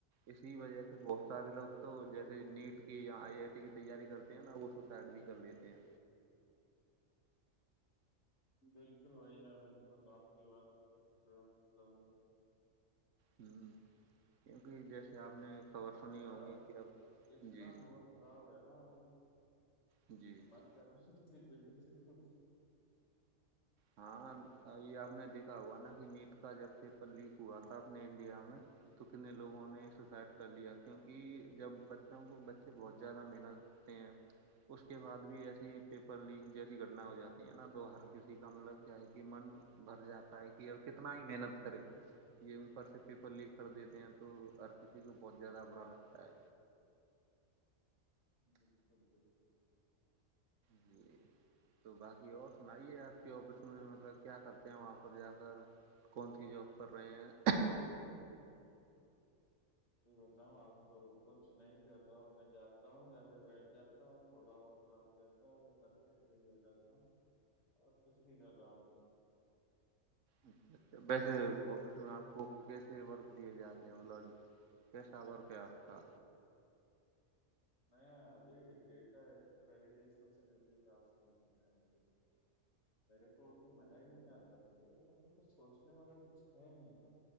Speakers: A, on the right; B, on the left.
A: اسی وجہ سے بہت سارے لوگ تو جیسے نیٹ کہ یہاں آئی آئی ٹی کی تیاری کرتے ہیں نا وہ سوسائڈ بھی کر لیتے ہیں
B: بالکل بھ ہ بالکل آپ کی بات بھائی ب تو میں
A: ہوں کیونکہ جیسے آپ نے خبر سنی
B: میرا
A: ہگی کہ اب
B: اتنا
A: جی
B: موڈ خراب ہے نا
A: جی
B: تو
A: جی
B: من کرنا ش بڈنگ سے خود
A: ہاں یہ آپ نے دیکھا ہوا نا کہ نیٹ کا جب پیپر لیک ہوا تھا اپنے انڈیا میں تو کتنے لوگوں نے سوسائڈ کر لیا کیونکہ جب بچوں کو بچے بہت زیادہ محنت ت ہیں اس کے بعد بھی ایسی پیپر لیک جیسی گٹنا ہو جاتی ہے نا تو ہر کسی ھیک ہم لوگ کیا ہے کہ من بھر جاتا ہے کہ ا کتنا ہی محنت کرے یہ اوپر سے پیپر لیک کر دیتے ہیں تو ہر کسی کو بہت زیادہ برا لگتا ہے
B: بالکل بالکل
A: جی تو باقی اور سنائیے آپ کے آفس میں مطلب کیا کرتے ہیں وہاں پر جا کر کون سی جاب کر رہے ہیں
B: یہ بتاؤ آپ تو کچھ نہیں کر رہا ہ میں جاتا ہوں جا کے بیٹھ جاتا ہوں تھوڑا بہت کام رہتا ہے وہ کر کے صحیح ہو جاتا ہوں اور کچھ بھی کر رہا ہوں
A: اچھا اچھا ویسے آفس میں آپ کو کیسے ورک دیے جاتے ہیں لوج کیسا ورق ہے آپ کا
B: میں ابھی ڈیٹالتا مے پ میرے تو اس میں مزہ ہی نہیں آتا مطب کچ سوچنے والا کچھ ہے نہیں ن ج